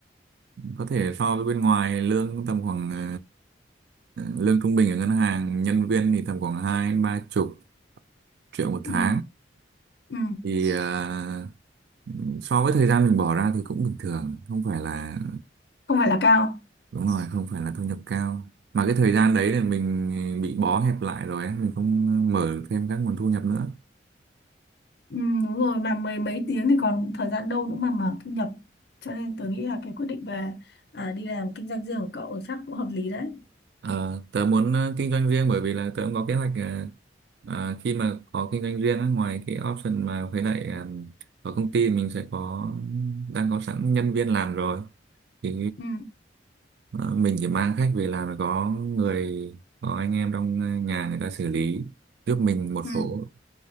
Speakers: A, on the right; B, on the left.
A: có thể so với bên ngoài lương tầm khoảng ờ, lương trung bình ở ngân hàng nhân viên thì tầm khoảng hai ba chục triệu một
B: ừ.
A: tháng
B: Ừ.
A: thì ờ, so với thời gian mình bỏ ra thì cũng bình thường không phải là
B: không phải là cao
A: đúng rồi không phải là thu nhập cao mà cái thời gian đấy thì mình bị bó hẹp lại rồi ấy, mình không mở thêm các nguồn thu nhập nữa
B: ừ, đúng rồi mà mười mấy tiếng thì còn thời gian đâu nữa mà mở thu nhập cho nên tôi nghĩ là cái quyết định về à, đi làm kinh doanh riêng của cậu chắc cũng hợp lý đấy
A: Ờ, tớ muốn ờ, kinh doanh riêng bởi vì là tớ cũng có kế hoạch ờ, ờ, khi mà có kinh doanh riêng á, ngoài cái option mà với lại ờ, ở công ty mình sẽ có đang có sẵn nhân viên làm rồi thì
B: ừ.
A: ờ, mình chỉ mang khách về làm là có người có anh em trong ờ, nhà người ta xử lý giúp mình một
B: Ừ.
A: số